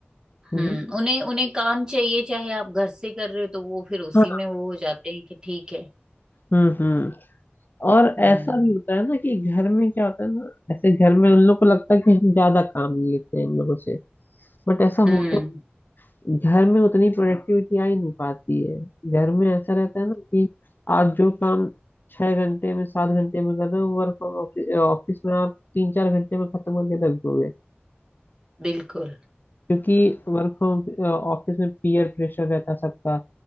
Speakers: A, on the left; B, on the right.
A: जी
B: हम्म उन्हें उन्हें काम चाहिए चाहे आप घर से कर रहे हो तो वो फिर उसी
A: हाँ
B: में वो हो जाते हैं कि ठीक है
A: हम्म हम्म और
B: हम्म
A: ऐसा भी होता है ना कि घर में क्या होता है ना ऐसे घर में उन लोग को लगता है कि हम ज्यादा काम ले लेते हैं इन लोगों से बट ऐसा
B: हम्म
A: होता है घर में उतनी प्रोडक्टिविटी आ ही नहीं पाती है घर में ऐसा रहता है ना कि आप जो काम छह घंटे में सात घंटे में कर रहे हो वर्क फ्रॉम ऑफिस में आप तीन चार घंटे में खत्म करके रख दोगे
B: बिल्कुल
A: क्योंकि वर्क फ्रॉम ऑफिस में पीयर प्रेशर रहता है सबका